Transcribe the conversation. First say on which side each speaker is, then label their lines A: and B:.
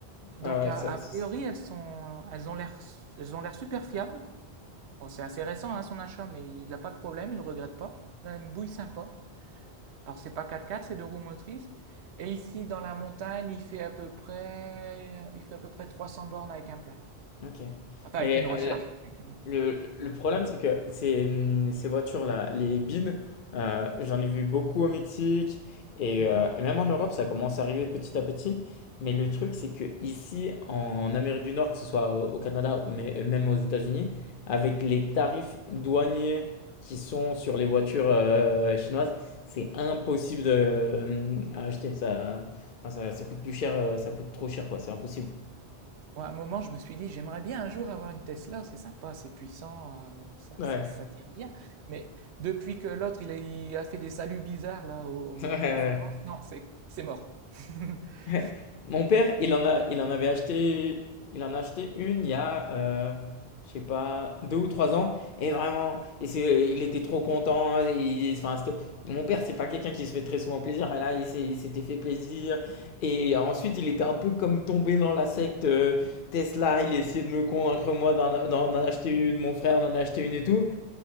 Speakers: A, on the right (about 85°); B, on the left (about 60°).
A: Donc,
B: Ouais, ouais,
A: a,
B: ça-
A: a
B: ça-
A: priori, elles sont, elles ont l'air, elles ont l'air super fiables. Bon, c'est assez récent, hein, son achat, mais il n'a pas de problème, il ne regrette pas. Il a une bouille sympa. Alors, c'est pas 4x4, c'est deux roues motrices. Et ici, dans la montagne, il fait à peu près, il fait à peu près 300 bornes avec un plein.
B: ok.
A: Enfin,
B: Mais
A: avec une recharge.
B: euh,
A: Avec-
B: Le, le problème, c'est que ces, hum, ces voitures-là, les bins, euh, j'en ai vu beaucoup au Mexique et,
A: Mhm.
B: euh, et même en Europe, ça commence à arriver petit à petit. Mais le truc, c'est que ici, en Amérique du Nord, que ce soit au au Canada, mais même aux États-Unis, avec les tarifs douaniers qui sont sur les voitures euh, chinoises, c'est impossible de,
A: Ouais.
B: hum, à acheter. Ça, enfin, ça, ça coûte plus cher, euh, ça coûte trop cher, quoi. C'est impossible.
A: Moi, à un moment, je me suis dit, j'aimerais bien un jour avoir une Tesla, c'est sympa, c'est puissant, euh, ça,
B: Ouais.
A: ça- ça tire bien. Mais depuis que l'autre, il a, il a fait des saluts bizarres là aux,
B: <laughs> Ouais,
A: aux
B: ouais,
A: conférences,
B: ouais.
A: non, c'est c'est mort. <laughs>
B: Ouais. Mon père, il en a, il en avait acheté, il en a acheté une il y a, euh, je sais pas, deux ou trois ans. Et vraiment, et c'est- il était trop content. il- enfin, c'était- mon père, c'est pas quelqu'un qui se fait très souvent plaisir. Mais là, il s'est- il s'était fait plaisir. Et ensuite, il était un peu comme tombé dans la secte euh, Tesla. Il essayait de me convaincre, moi, d'en d'en acheter une, mon frère d'en acheter une et tout.